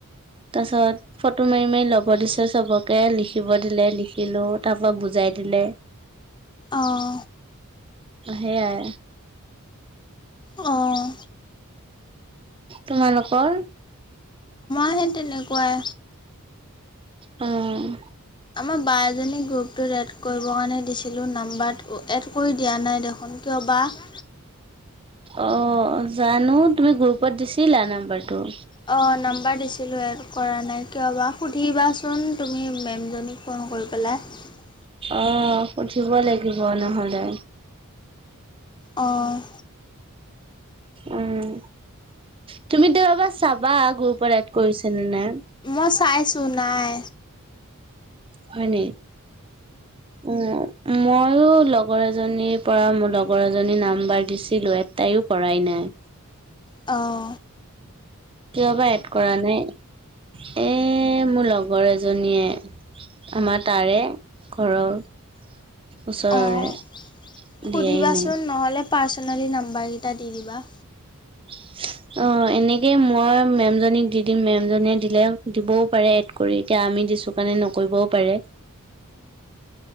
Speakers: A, on the right; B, on the left.
A: তাৰ পিছত ফটো মাৰি-মাৰি লব দিছে চবকে, লিখিব দিলে, লিখিলো তাপা বু যাই দিলে।
B: অ'
A: সেয়াই।
B: অ',
A: তোমালোকৰ?
B: মে তেনেকুৱাই।
A: অ',
B: আমাৰ বা এজনে গ্ৰুপটোত এড কৰিবৰ কাৰণে দিছিলো নাম্বাৰ এড কৰি দিয়া নাই দেখোন কিয় তবাহ
A: অ', জানো তুমি গ্ৰুপত দিছিলা নাম্বাৰটো?
B: অ', নাম এবাৰ দিছিলোঁ এড কৰা নাই কিয় বা সুধিবাচোন তুমি মেমজনীক ফোন কৰি পেলাই।
A: অ', সুধিব লাগিব নহ'লে।
B: অ',
A: উম, তুমি দোবা চাবা গৰু পৰাত কৰিছে নে নাই।
B: স চাইছো নাই।
A: হয় ন। উম ময়ো লগৰ এজনীৰ পৰা মোৰ লগৰ এজনী নাম্বাৰ দিছিলো এটাইও কৰাই নাই।
B: অ',
A: কিয় বা এড কৰা নাই এ মোৰ লগৰ এজনীয়ে আমাৰ তাৰে ঘৰৰ ওচৰৰে।
B: অঁ সুধিবাচোন
A: দিয়াই নাই
B: নহ'লে পাৰ্চনেলি নাম্বাৰকেইটা দি দিবা।
A: <inaudible> অ, এনেকেই মই মেম জনীক দি - দিম মেম জনীয়ে দিলে দিবও পাৰে এড কৰি এতিয়া। আমি দিছো কাৰণে নকৰিব পাৰে।